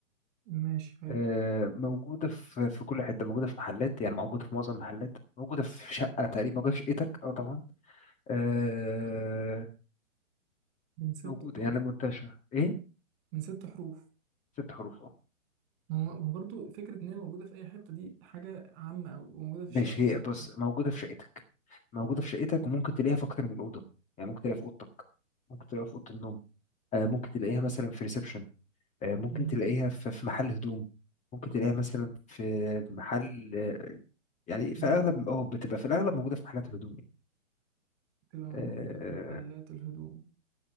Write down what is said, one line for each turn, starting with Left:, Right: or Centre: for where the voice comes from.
Right: ماشي حلو
Left: آه، موجودة في في كل حتة موجودة في محلات يعني موجودة في معظم المحلات موجودة في شقة تقريبا موجودة في شقتك اه طبعا آه،
Right: من ست
Left: موجودة
Right: حروف
Left: يعني منتشرة ايه
Right: من ست حروف
Left: ست حروف اه
Right: ما هو ما هو برضه فكرة إن هي موجودة في أي حتة دي حاجة عامة أوي وموجودة في الشقة
Left: ماشي
Right: برضه
Left: هي
Right: حاجة
Left: بص
Right: عامة
Left: موجودة في شقتك موجودة في شقتك وممكن تلاقيها في أكتر من أوضة يعني ممكن تلاقيها في أوضتك ممكن تلاقيها في أوضة النوم آه، ممكن تلاقيها مثلا في ريسبشن آه، ممكن
Right: مم.
Left: تلاقيها في في محل هدوم ممكن تلاقيها مثلا في محل آه، يعني في
Right: مم.
Left: أغلب اه بتبقى في الأغلب موجودة في محلات الهدوم يعني.
Right: تبقى موجودة
Left: آه،
Right: في محلات الهدوم